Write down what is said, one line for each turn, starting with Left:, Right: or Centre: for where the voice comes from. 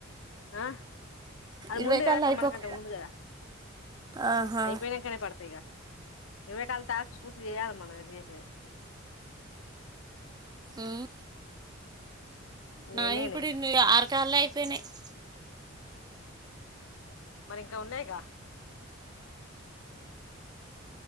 Left: ఆ అది
Right: ఇరవై
Left: ముందు గదా
Right: కాళ్ళు
Left: అక్క
Right: అయిపోక
Left: మనకంట ముందు గదా
Right: ఆహా
Left: ఇపోనంకనే పడతాయ్ గా క వ కాల తస్ పూర్తిజేయల మనం ఎటుజే
Right: ఉమ్
Left: నీయి
Right: నా
Left: ఎన్నయినాయి
Right: ఇప్పుడు ఇవి ఆరకాల్లే ఐపేనాయ్ <inaudible>
Left: మరి ఇంకా ఉన్నయ్గా